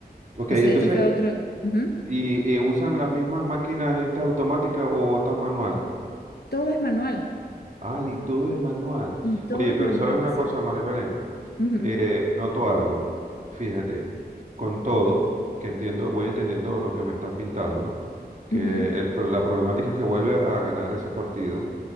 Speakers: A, on the right; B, on the left.
A: Ok,
B: Entonces,
A: entonces
B: esto fue otro... ujú,
A: Y, y usan las mismas máquinas estas automáticas o botan manual.
B: Todo es manual.
A: Ah, y todo es manual.
B: Y todo
A: Oye,
B: es
A: pero
B: manual
A: ¿sabes una
B: encima.
A: cosa, María Belén?
B: Ujú,
A: Eh, noto algo. Fíjate, con todo, que entiendo, voy entendiendo lo que me estás pintando, ¿no? Que
B: ujú,
A: el pro- la problemática es que vuelve a ganar ese partido